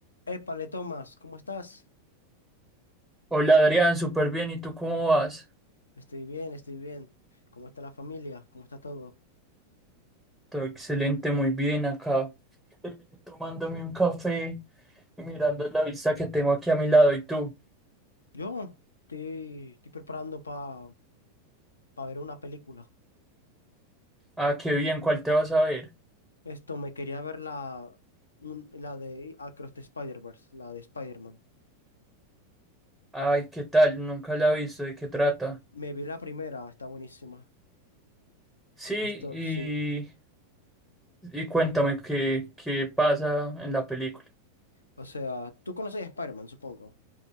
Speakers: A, on the left; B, in the centre.
A: Épale, Tomás, ¿cómo estás?
B: Hola Adrián, súper bien. ¿Y tú cómo vas?
A: Estoy bien, estoy bien. ¿Cómo está la familia? ¿Cómo está todo?
B: Todo excelente, muy bien acá. eh, tomándome un café y mirando la vista que tengo aquí a mi lado. ¿Y tú?
A: Yo estoy, estoy preparando para ver una película.
B: Ah, qué bien, ¿cuál te vas a ver?
A: Esto, me quería ver la, un- la de Across the Spider-Verse, la de Spider-Man.
B: Ay, ¿qué tal? Nunca la he visto, ¿de qué trata?
A: Me vi la primera, está buenísima.
B: Sí,
A: Esto,
B: y,
A: sí.
B: y cuéntame qué, qué pasa en la película.
A: O sea, tú conoces a Spider-Man, supongo.